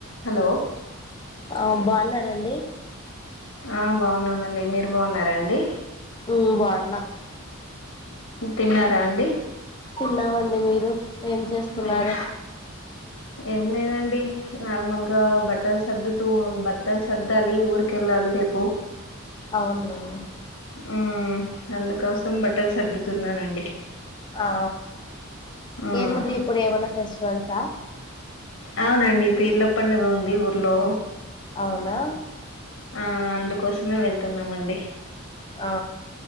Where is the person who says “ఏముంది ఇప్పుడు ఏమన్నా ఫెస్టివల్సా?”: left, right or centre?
Left